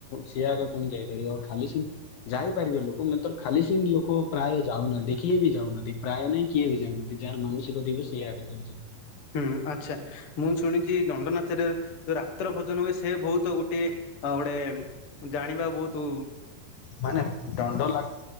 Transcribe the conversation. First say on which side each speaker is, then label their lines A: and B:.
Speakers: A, on the left; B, on the left.
A: ସିଏ ଆଗେ ପୁଣି ଯାଇପାରିବ ଖାଲି ଯାଇ ପାରିବେ ଲୋକ ମେତର ଖାଲି ସେଇନ୍ତି ଲୋକ ପ୍ରାୟ ଯାଉନାହାନ୍ତି କିଏ ବି ଯାଉନାହାନ୍ତି ପ୍ରାୟ ନାଇଁ କିଏ ବି ଯାଉନାହାନ୍ତି ଯାହାର ମା କଷିକ ଥିବେ ସିଇଆଗେ ଯାଉଚନ୍ତି।
B: ହୁଁ ଆଛା ମୁଁ ଶୁଣିଛି ଦଣ୍ଡନାଚରେ ଯୋଉ ରାତ୍ର ଭୋଜନ ହୁଏ ସେ ବହୁତ ଗୋଟିଏ ଅ ଗୋଟେ ଜାଣିବା ବୋହୁତୁ
A: ମାନେ ଦଣ୍ଡ ନାଚ